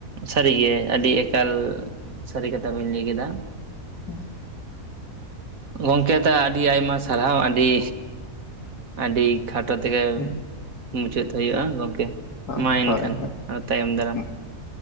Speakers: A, on the right; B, on the left.
A: ᱥᱟᱹᱨᱤᱜᱮ ᱟᱹᱰᱤ ᱮᱠᱟᱞ ᱥᱟᱹᱨᱤ ᱠᱟᱛᱷᱟ ᱵᱤᱱ ᱞᱟᱹᱭ ᱠᱮᱫᱟ᱾
B: ᱩᱸᱦ
A: ᱜᱚᱢᱠᱮ ᱛᱟ ᱟᱹᱰᱤ ᱟᱭᱢᱟ ᱥᱟᱨᱦᱟᱣ᱾ ᱟᱹᱰᱤ, ᱟᱹᱰᱤ᱾ ᱠᱷᱟᱴᱚ ᱛᱮᱜᱮ
B: ᱦᱩᱸ
A: ᱢᱩᱪᱟᱹᱫ ᱦᱩᱭᱩᱜᱼᱟ ᱜᱚᱝᱠᱮ᱾
B: ᱚ
A: ᱢᱟ ᱮᱱᱠᱷᱟᱱ
B: ᱦᱳᱭ ᱦᱳᱭ,
A: ᱟᱨᱚ ᱛᱟᱭᱚᱢ ᱫᱟᱨᱟᱢ
B: ᱦᱩᱸ᱾